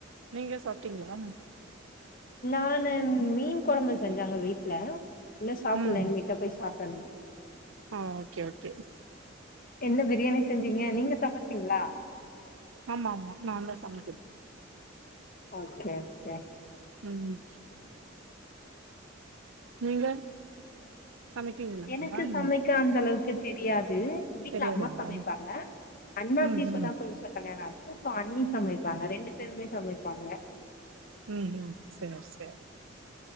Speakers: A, on the right (about 85°); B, on the left (about 45°).
A: நீங்க சாப்ட்டீங்ளா
B: நானு மீன் கொழம்பு செஞ்சாங்க வீட்ல இன்னு சாப்பில்ல
A: ம்
B: இனிமேட் தா போய் சாப்படணு
A: ஆ ஓகே ஓகே
B: என்ன பிரியாணி செஞ்சீங்க நீங்க சமைச்சீங்ளா
A: ஆம்மாமா நா தா சமைக்கிறது
B: ஓகே ஓகே
A: ம் நீங்க சமைக்குவீங்களா நல்லா
B: எனக்கு சமைக்க
A: ம்.
B: அந்த அளவுக்கு தெரியாது வீட்ல
A: தெரியாதுங்களா
B: அம்மா சமைப்பாங்க அண்ணாக்கு
A: ம்
B: இப்பதா
A: ம்
B: புதுசா கல்யாணோ ஆச்சி அண்ணி சமைப்பாங்க ரெண்டு பேருமே சமைப்பாங்க
A: ம் ம் சேர் சேர்